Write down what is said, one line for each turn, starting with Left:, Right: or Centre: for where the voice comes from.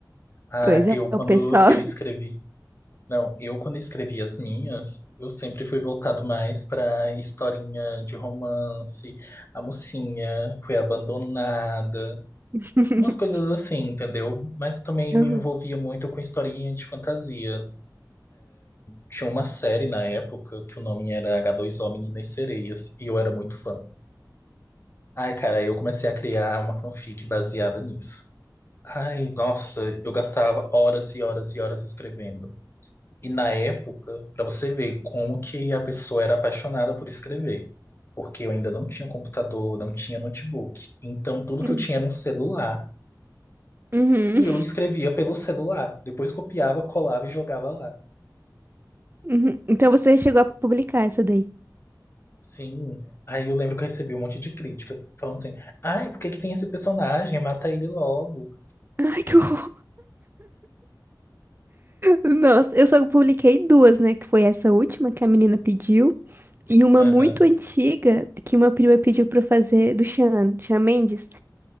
Left: Ah,
Right: Pois é,
Left: eu quando
Right: o pessoal.
Left: eu escrevi. Não, eu quando escrevi as minhas, eu sempre fui voltado mais pra historinha de romance. A mocinha foi abandonada.
Right: <laughs>
Left: Umas coisas assim, entendeu? Mas eu também
Right: Uhum.
Left: me envolvia muito com historinha de fantasia. Tinha uma série na época que o nome era H2O Meninas e Sereias, e eu era muito fã. Ai, cara, aí eu comecei a criar uma fanfic baseada nisso. Ai, nossa, eu gastava horas e horas e horas escrevendo. E na época, pra você ver como que a pessoa era apaixonada por escrever. Porque eu ainda não tinha computador, não tinha notebook. Então, tudo
Right: Uhum.
Left: que eu tinha era um celular
Right: Uhum,
Left: E eu escrevia pelo celular, depois copiava, colava e jogava lá.
Right: uhum. Então você chegou a publicar essa daí.
Left: Sim. Aí eu lembro que eu recebi um monte de crítica, falando assim: ai, por que que tem esse personagem? Mata ele logo.
Right: Ai, que horror. Nossa, eu só publiquei duas, né? Que foi essa última que a menina pediu. E uma
Left: Aham.
Right: muito antiga que uma prima pediu pra eu fazer do Sean, Sean Mendes.